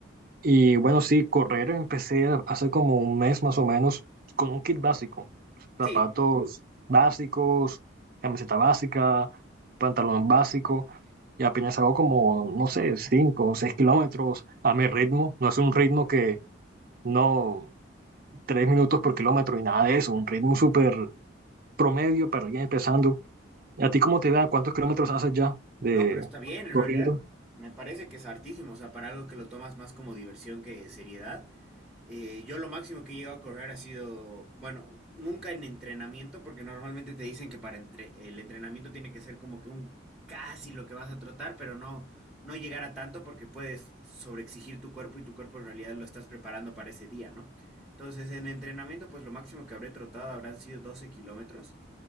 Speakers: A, on the right; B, in the centre.
A: Y bueno, sí, correr empecé hace como un mes más o menos con un kit básico, zapatos
B: Sí,
A: básicos, camiseta básica, pantalón básico, y apenas hago como, no sé, 5 o 6 kilómetros a mi ritmo, no es un ritmo que no 3 minutos por kilómetro y nada de eso, un ritmo súper promedio para alguien empezando. ¿A ti cómo te va? ¿Cuántos kilómetros haces ya de
B: No, pero está bien, en
A: corriendo?
B: realidad me parece que es hartísimo, o sea, para algo que lo tomas más como diversión que seriedad. Eh, yo lo máximo que he llegado a correr ha sido, bueno, nunca en entrenamiento, porque normalmente te dicen que para entre- el entrenamiento tiene que ser como que un casi lo que vas a trotar, pero no, no llegar a tanto porque puedes sobreexigir tu cuerpo y tu cuerpo en realidad lo estás preparando para ese día, ¿no? Entonces, en entrenamiento, pues lo máximo que habré trotado habrán sido 12 kilómetros.